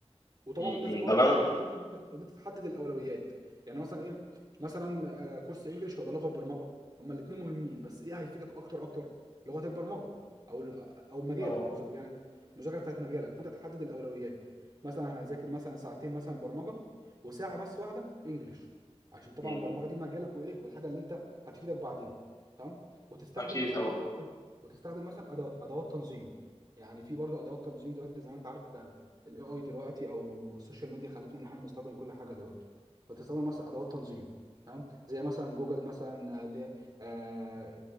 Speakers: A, on the right; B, on the left.
A: وطبعا
B: م-
A: لازم
B: م.
A: برضه
B: طب انا
A: تعمل حاجه تانية ان انت إن أنت تحدد الاولويات يعني مثلا ايه مثلا آه، كورس انجليش ولا لغه برمجه هما الاثنين مهمين بس ايه هيفيدك اكتر اكتر لغه البرمجه او ال- او مجالك
B: اه
A: مذاك- يعني المذاكره بتاعت مجالك فانت تحدد الاولويات مثلا انا هذاكر مثلا ساعتين مثلا برمجه وساعه بس واحده انجليش عشان طبعا
B: م.
A: البرمجه دي مجالك وايه والحاجه اللي انت هتفيدك بعدين تمام وتستخدم
B: اكيد
A: مثلا
B: طبعا
A: ايه وتستخدم مثلا أدو- ادوات تنظيم يعني في برضو ادوات تنظيم دلوقتي زي ما انت عارف الاي اي دلوقتي او السوشيال ميديا خلتنا ان احنا بنستخدم كل حاجه دلوقتي بتستخدم مثلا ادوات تنظيم تمام زي مثلا جوجل مثلا اللي هي آه